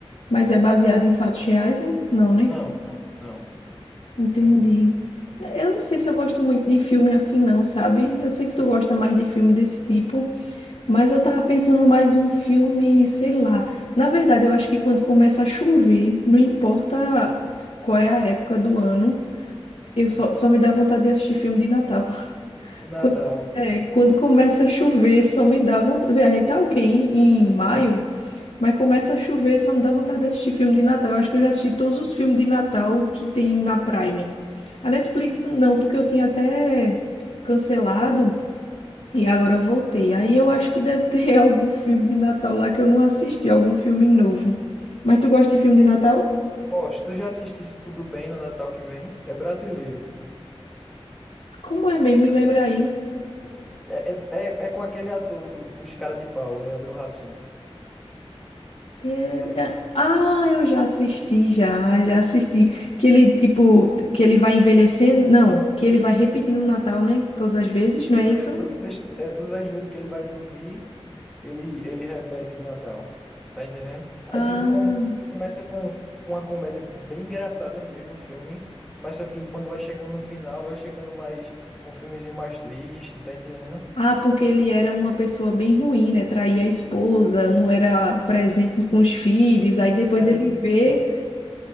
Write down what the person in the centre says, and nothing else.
não, não,
não, muito
bom.
E Natal.
Pô, se tu já assistisse Tudo Bem no Natal que vem, é brasileiro.
Já
assi-
É, é, é é com aquele ator do, dos Cara de Pau, o Leandro Hassum.
sabe?
Isso
é, toda é, todas as vezes que ele vai dormir, ele, ele repete o Natal. Tá entendendo? Aí,
tipo, come- começa com, com uma comédia bem engraçada mesmo, o filme. Mas só que quando vai chegando no final, vai chegando mais um filmezinho mais triste, tá entendendo?
Era
isso.